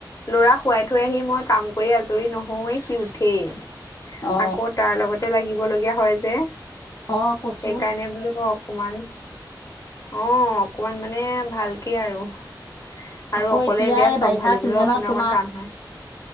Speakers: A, on the left; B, on the left.
A: লৰা পুৱাই থৈ আহি মই কাম কৰি আজৰি নহওঁৱেই সি উঠেই
B: অ
A: আকৌ তাৰ লগতে লাগিব ক'লগীয়া হয় যে
B: অ কচো
A: সেইকাৰণে বোলো অকমান অ অকমান মানে ভালকে আৰু আৰু
B: আকৌ
A: অকলে
B: এতিয়া এই
A: চম্ভালিবলৈও
B: বাৰিষা চিজনত
A: আপোনাৰ অকমান
B: তোমাৰ
A: টান হয়।